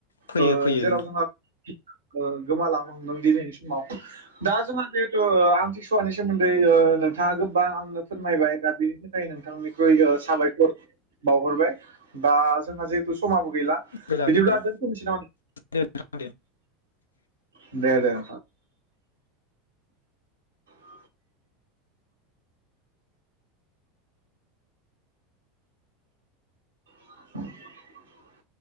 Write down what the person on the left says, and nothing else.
फैयो
फैयो
गैला
गैला
दे नोंथां दे।